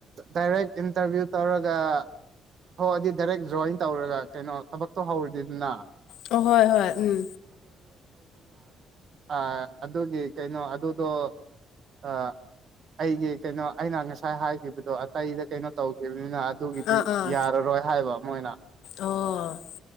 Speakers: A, on the right; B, on the left.
A: ꯗꯥꯏꯔꯦꯛ ꯏꯟꯇꯔꯚꯤꯌꯨ ꯇꯧꯔꯒ ꯍꯣꯏ ꯑꯗꯨ ꯗꯥꯏꯔꯦꯛ ꯖꯣꯏꯟ ꯇꯧꯔꯒ ꯀꯩꯅꯣ ꯊꯕꯛꯇꯣ ꯍꯧꯔꯗꯤꯗꯅ
B: ꯑꯣ ꯍꯣꯏ ꯍꯣꯏ ꯎꯝ
A: ꯑ ꯑꯗꯨꯒꯤ ꯀꯩꯅꯣ ꯑꯗꯨꯗꯣ ꯑ ꯑꯩꯒꯤ ꯀꯩꯅꯣ ꯑꯩꯅ ꯉꯁꯥꯏ ꯍꯥꯏꯈꯤꯕꯗꯣ ꯀꯩꯗ ꯀꯩꯅꯣ ꯇꯧꯈꯤꯕꯅꯤꯅ ꯑꯗꯨꯒꯤꯗꯤ
B: ꯑꯥ ꯑꯥ
A: ꯌꯥꯔꯔꯣꯏ ꯍꯥꯏꯕ ꯃꯣꯏꯅ
B: ꯑꯣ